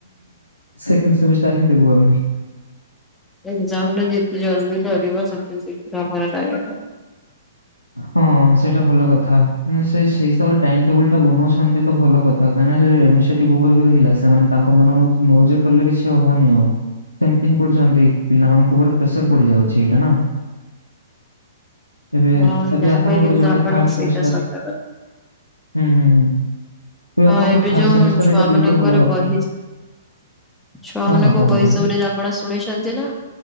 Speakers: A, on the left (about 80°); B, in the centre.
A: ସେକେଣ୍ଡ ସେମିଷ୍ଟାର ହିଁ ଦେବୁ ଆମେ।
B: ଏକ୍ଜାମ୍ ଟା ଯେତେ ଜଲଦି ସରିବ ସେତେ ଶୀଘ୍ର ଆମର ଲାଇଫ୍ ଟା
A: ହଁ ସେଇଟା ଭଲ କଥା। ପୁଣି ସେଇ ସେଇ ହିସାବରେ ଟାଇମ୍ ଟେବୁଲ ଟା ବନଉଛନ୍ତି ତ ଭଲ କଥା। ମାନେ ଯେ ଆଡମିନିଷ୍ଟ୍ରେଟିଭ୍ ଉପରେ ଯୋ ରହିଲା ସେମାନେ ତାଙ୍କ ମନ ମୁତ୍ ମୌଜ କରିଲେ କିଛି ହବନି ଆଉ। ସେମତି ହିଁ କରୁଛନ୍ତି। ପିଲାମାନଙ୍କ ଉପରେ ପ୍ରେସର ପଡି ଯାଉଛି ଏଇଟା ନା। ଏବେ
B: ହଁ
A: ଏବେ
B: ଯାହା
A: ଆପଣଙ୍କର
B: କହିଲେ
A: ଯୋଉଟା
B: ତ ଆପଣ
A: ଥାର୍ଡ ସେମିଷ୍ଟାର।
B: ସେଇଟା ସତ କଥା
A: ହୁଁ ହୁଁ। ତେବେ
B: ହଁ
A: ଆପଣଙ୍କର
B: ଏବେ
A: ଥାର୍ଡ
B: ଯୋଉ
A: ସେମିଷ୍ଟାର
B: ଛୁଆ
A: ଏଇଟା ଦେବେ
B: ମାନଙ୍କର
A: ତ ଭଲ କଥା।
B: ବହି ଛୁଆ
A: ହଁ
B: ମାନଙ୍କ
A: ହଁ କୁହନ୍ତୁ
B: ବହିସବୁରେ
A: କୁହନ୍ତୁ
B: ଆପଣ ଶୁଣିଛନ୍ତି ନା